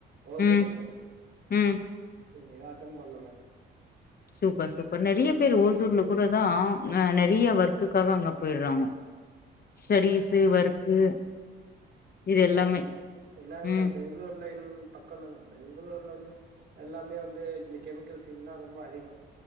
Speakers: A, on the right; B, on the left.
A: ஓசூர்
B: ம்
A: ஒன்னு
B: ம்
A: எதுமே அட்டன் பண்ல மேம்
B: சூப்பர் சூப்பர் நெறைய பேரு ஓசூர்ல கூட தா அ நெறைய ஒர்க்குக்காக அங்க போய்ட்றாங்க ஸ்டெடீஸ்சு ஒர்க்கு இது
A: அதா
B: எல்லாமே
A: மேம் ஏனா அங்க
B: ம்
A: பெங்ளூர்லயும் பக்கோ தானே பெங்களூர்ல வந்து எல்லாமே வந்து இந்த கெமிக்கல் ஃபீல்டுல்லா ரொம்ப அதிக